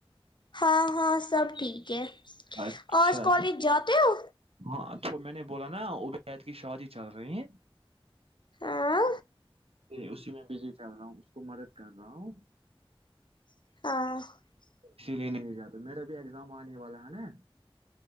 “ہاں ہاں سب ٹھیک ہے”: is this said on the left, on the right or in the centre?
Left